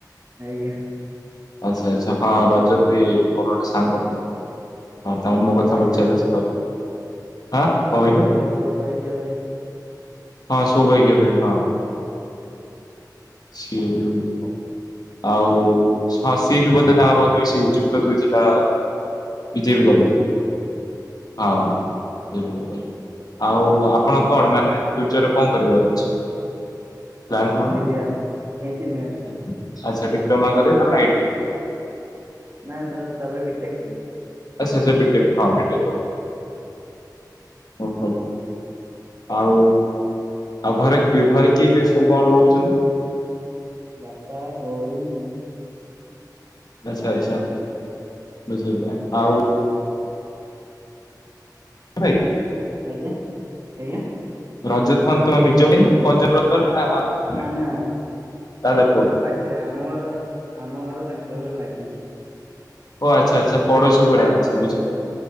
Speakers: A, on the right; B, on the left.
A: ଆଜ୍ଞା।
B: ଆଚ୍ଛା ଆଚ୍ଛା। ହଁ ରଜତ ବି ମୋର ଗୋଟେ ସାଙ୍ଗ, ତାଙ୍କୁ ମୋ
A: ସୌଭାଗ୍ୟ
B: କଥା ପଚାରିଲେ
A: ଭାଇ
B: ସେ କହିବେ। ଆଁ କଣ
A: ସୌଭାଗ୍ୟ
B: କହିଲେ?
A: ଭାଇ ସୌଭାଗ୍ୟ ଭାଇ
B: ହଁ ସୌଭାଗ୍ୟ ଭାଇ ହଁ। <unintelligible> ଆଉ? ହଁ ସିଏ ବି ବୋଧେ ତାଙ୍କ ରହୁଥିଲେ, ଯୁକ୍ତ ଦୁଇଥିଲା। ବିଜେପି
A: ଆଜ୍ଞା
B: କଲେଜ୍
A: ଆଜ୍ଞା
B: ହଁ। ଆଉ ଆପଣ କଣ ମାନେ ଫ୍ୟୁଚରରେ କଣ କରିବାର ଅଛି? ପ୍ଳାନ
A: ଇଞ୍ଜିନିୟର।
B: କଣ?
A: ଇଞ୍ଜିନିୟର
B: ଆଚ୍ଛା, ଡିପ୍ଲୋମା କରିବେ ତାପରେ ଆଇ ଟି।
A: ନାଇଁ ନା ତାପରେ ବିଟେକ୍ କରିବି।
B: ଆଛା ସେ ବିଟେକ୍ ହଁ। ହଁ ବିଟେକ୍। ଓହୋ। ଆଉ ଆଉ ଘରେ କି ଘରେ କିଏ କିଏ ସବୁ କଣ ରହୁଛନ୍ତି?
A: ବାପା, ବୋଉ ମୁଁ
B: ଆଚ୍ଛା, ଆଚ୍ଛା, ବୁଝିଲି ଆଉ ଭାଇ
A: ଆଜ୍ଞା? ଆଜ୍ଞା?
B: ରଜତ କଣ ତମ ନିଜ ଭାଇ <unintelligible> ନା ମାନେ
A: ନା ନା
B: ଦାଦା ପୁଅ?
A: ଘର ପାଖରେ, ଆମ ଘର ଆମ ଘର ତାଙ୍କ ଘର ଲାଗିଛି।
B: ଓ ଆଚ୍ଛା ଆଚ୍ଛା, ପଡ଼ୋଶୀ ଭଳିଆ ଆଚ୍ଛା ବୁଝିଲି।